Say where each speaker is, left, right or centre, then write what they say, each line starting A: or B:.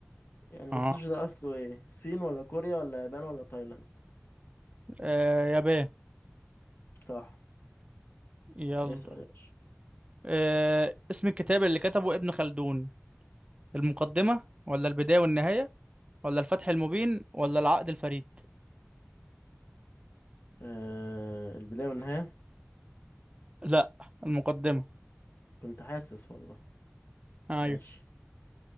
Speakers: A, on the left; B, on the right.
A: يعني
B: اه
A: السوشي ده أصله إيه الصين ولا كوريا ولا يابان ولا تايلاند
B: آه يابان
A: صح
B: يلا
A: اسأل يا باشا
B: آه اسم الكتاب اللي كتبه ابن خلدون المقدمة ولا البداية والنهاية ولا الفتح المبين ولا العقد الفريد
A: آه البداية والنهاية
B: لا المقدمة
A: كنت حاسس والله
B: ايوه
A: ماشي